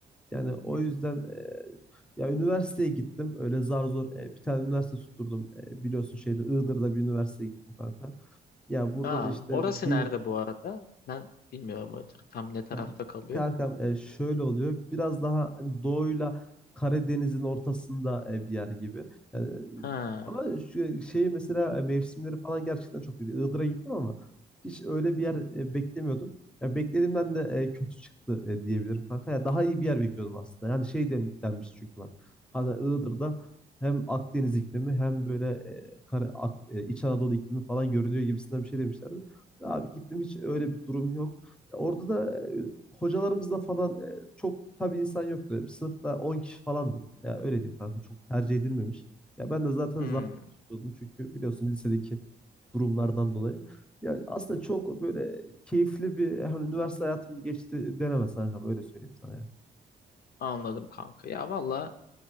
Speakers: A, in the centre; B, on the left.
A: Yani o
B: Hı
A: yüzden
B: hı.
A: e, ya üniversiteye gittim. Öyle zar zor e, bir tane üniversite tutturdum. E, biliyorsun şeyde Iğdır'da bir üniversiteye gittim kanka. Ya burada
B: Aa,
A: da işte
B: orası
A: bu dil
B: nerede bu arada? Ben bilmiyorum tam ne tarafta
A: yani
B: kalıyor.
A: kankam e, şöyle oluyor. Biraz daha hani doğuyla Karadeniz'in ortasında e, bir yer gibi. Yani, e,
B: Ha,
A: ama şu şeyi mesela e, mevsimleri falan gerçekten çok iyi. Iğdır'a gittim ama hiç öyle bir yer e, beklemiyordum. Ya beklediğimden de e, kötü çıktı e, diyebilirim kanka. Ya daha iyi bir yer bekliyordum aslında. Yani şey den- denmiş çünkü bana. Hatta Iğdır'da hem Akdeniz iklimi hem böyle e, Kara- Ak- e, İç Anadolu iklimi falan görünüyor gibisinden bir şey demişlerdi. Abi gittim hiç öyle bir durum yok. Ya Orada da e, hocalarımızda falan e, çok tabii insan yoktu. Yani Sınıfta 10 kişi falandık. Ya öyle diyeyim kanka çok tercih edilmemiş. Ya ben de zaten
B: hmm,
A: zar tutuyordum çünkü biliyorsun lisedeki durumlardan dolayı. Yani aslında çok böyle keyifli bir e, hani üniversite hayatım geçti denemez kanka öyle söyleyeyim sana yani.
B: anladım kanka. Ya valla